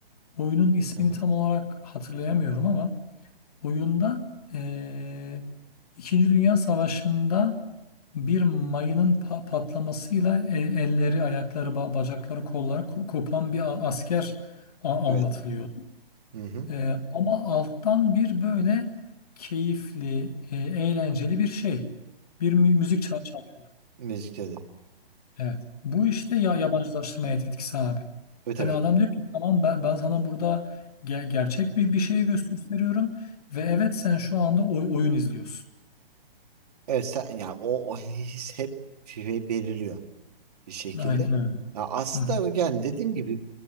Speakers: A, on the left; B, on the right.
A: Oyunun ismini
B: Hı hı.
A: tam olarak hatırlayamıyorum ama oyunda e, İkinci Dünya Savaşı'nda bir mayının pa- patlamasıyla e- elleri, ayakları, ba- bacakları, kolları ko- kopan bir a- asker a-
B: Evet.
A: anlatılıyor.
B: Hı hı.
A: Ee, ama alttan bir böyle keyifli, e, eğlenceli bir şey. Bir mü- müzik çal- çalıyordu.
B: Müzikte de.
A: Evet. Bu işte ya yabancılaştırmaya etkisi abi.
B: Tabii tabii.
A: Yani adam diyor ki tamam ben, ben sana burada ge- gerçek bir,
B: Hı hı.
A: bir şeyi gösteriyorum ve evet sen şu anda oy- oyun izliyorsun.
B: Evet sen ya o, o his hep şey belirliyor bir şekilde.
A: Aynen öyle.
B: Ya aslında
A: Hı hı.
B: yani dediğim gibi